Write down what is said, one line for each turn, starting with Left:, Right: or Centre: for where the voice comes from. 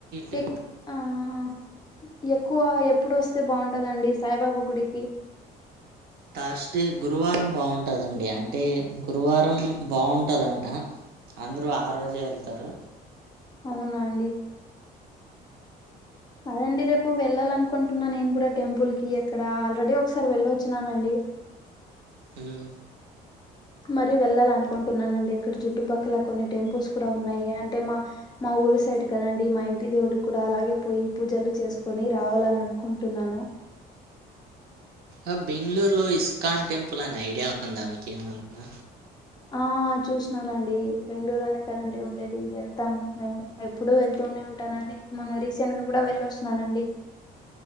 Right: టెంప్
Left: ఎక్ ఆ హాఎక్కువ ఎప్పుడు ఒస్తే బాగుంటదండి సాయిబాబా గుడికి
Right: థర్స్డే గురువారం బాగుంటదండి అంటే గురువారం బాగుంటదంట అందరూ ఆ రోజే ఎళ్తారు
Left: అవునా అండి పదండి రేపు వెల్లాలన్ కొంటున్న నేను కూడా టెంపుల్ కి అక్కడ ఆల్రెడీ ఒకసారి వెళ్ళొచ్చినా నండి
Right: మ్మ్
Left: మరి వెళ్లాల్ అనుకుంటున్నానండి ఇక్కడ చుట్టుపక్కల కొన్ని టెంపుల్స్ కూడా ఉన్నాయి. అంటే మా మా ఊరు సైట్ కద అండి మా ఇంటి దేవుడు కూడా అలాగే పోయి పూజలు చేసుకోని రావాలనీ అన్కుంటున్నాను.
Right: ఆ బెంగుళూరులో ఇస్కాన్ టెంపుల్ అనే ఐడియా ఉందా మీకేమన్నా
Left: ఆ చూస్నానండీ బెంగుళూరులోనే కదండి ఉండేది వెళ్తాం మేము ఎప్ ఎప్పుడు వెళ్తూనే ఉంటానండి మొన్న రీసెంట్ గా కూడా వెళ్ళొచ్చినా నండి